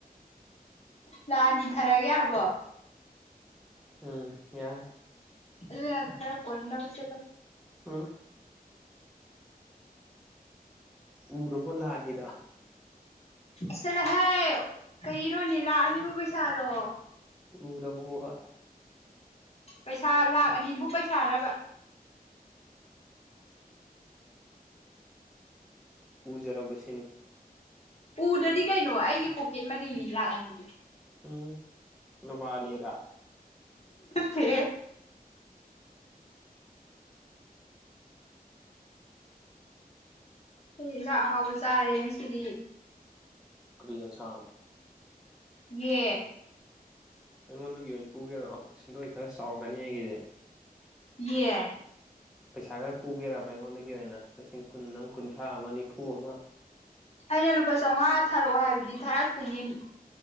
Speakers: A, on the left; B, in the centre.
A: ꯂꯥꯛꯑꯅꯤ ꯊꯥꯔꯛꯑꯒꯦ ꯌꯥꯔꯕꯣ
B: ꯎꯝ ꯌꯥꯔꯦ
A: ꯏ ꯈꯔꯞ ꯀꯣꯔꯔꯣꯅ ꯄꯁꯂꯣ
B: ꯎꯝ ꯎꯔꯔꯕꯣ ꯂꯥꯛꯑꯅꯤꯗ
A: ꯆꯠꯂꯍꯦ ꯀ ꯏꯔꯣꯅꯦ ꯂꯥꯛꯑꯅꯤꯕ ꯄꯩꯁꯥꯔꯣ
B: ꯎꯔꯕꯕ
A: ꯄꯩꯁꯥ ꯂꯥꯛꯈ ꯑꯅꯤꯕꯨ ꯄꯩꯁꯥꯔꯕ
B: ꯎꯖꯔꯔꯕ ꯁꯤꯅꯤ
A: ꯎꯗꯗꯤ ꯀꯩꯅꯣ ꯑꯩꯒꯤ ꯄꯣꯀꯦꯠ ꯃꯅꯤꯅꯤꯅ ꯂꯥꯛꯑꯅꯤꯗꯨꯗꯤ
B: ꯎꯝ ꯔꯨꯕꯥꯅꯤꯔꯥ
A: ꯐ ꯑꯩ ꯌꯦꯟꯖꯥꯛ ꯑꯍꯥꯎꯕ ꯆꯥꯔꯦ ꯉ ꯁꯤꯗꯤ
B: ꯀ꯭ꯔꯤꯌꯟꯁꯥꯡ
A: ꯌꯦ
B: ꯑꯩꯉꯣꯟꯗꯒꯤ ꯑꯣꯏꯅ ꯄꯨꯒꯦꯔꯛꯑꯣ ꯁꯦꯟꯗꯣꯏ ꯈꯔ ꯆꯥꯎꯔꯛꯀꯅꯤ ꯑꯩꯒꯤꯗꯤꯦ
A: ꯌꯦ
B: ꯄꯩꯁꯥ ꯈꯔ ꯄꯨꯒꯦꯔꯕ ꯑꯩꯉꯣꯟꯗꯒꯤ ꯑꯣꯏꯅ ꯂꯤꯁꯤꯡ ꯀꯨꯟ ꯑꯃ ꯀꯨꯟꯊ꯭ꯔꯥ ꯑꯃ ꯅꯤꯐꯨ ꯑꯃ
A: ꯑꯩꯅ ꯂꯨꯄꯥ ꯆꯥꯝꯃꯉꯥ ꯊꯥꯔꯛꯑꯣ ꯍꯥꯏꯕꯗꯤ ꯊꯥꯔꯛꯇꯦ ꯅꯦꯝꯃꯤ